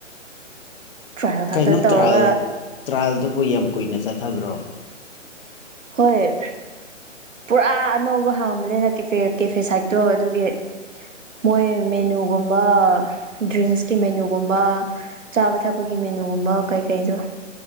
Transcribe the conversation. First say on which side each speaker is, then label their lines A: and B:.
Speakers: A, on the right; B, on the left.
A: ꯇ꯭ꯔꯥꯏꯌꯦꯜ ꯈꯛꯇ
B: ꯀꯩꯅꯣ
A: ꯇꯧꯔꯒ
B: ꯇ꯭ꯔꯥꯌꯦꯜ ꯇ꯭ꯔꯥꯌꯦꯜꯗꯨꯕꯨ ꯌꯥꯝ ꯀꯨꯏꯅ ꯆꯠꯊꯕ꯭ꯔꯣ
A: ꯍꯣꯏ ꯄꯨꯔꯥ ꯑꯅꯧꯕ ꯍꯥꯡꯕꯅꯤꯅ ꯀꯦ ꯀꯦꯐꯦ ꯁꯥꯏꯠꯇꯣ ꯑꯗꯨꯒꯤ ꯃꯣꯏ ꯃꯦꯅꯨꯒꯨꯝꯕ ꯗ꯭ꯔꯤꯡꯁꯀꯤ ꯃꯦꯅꯨꯒꯨꯝꯕ ꯆꯥꯕ ꯊꯛꯄꯒꯤ ꯃꯦꯅꯨꯒꯨꯝꯕ ꯀꯩꯀꯩꯗꯣ